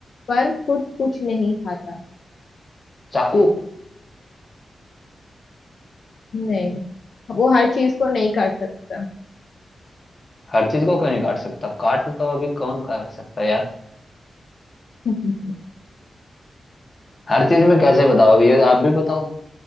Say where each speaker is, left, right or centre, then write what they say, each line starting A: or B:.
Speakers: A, on the left (about 60°); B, on the left (about 30°).
A: पर खुद कुछ नहीं खाता
B: चाकू
A: नहीं वो हर चीज को नहीं काट सकता
B: हर चीज को क्यों नहीं काट सकता काट तो अभी कौन काट सकता है यार
A: <laughs> नहीं
B: हर चीज में कैसे बताओ अभी, ये आप भी बताओ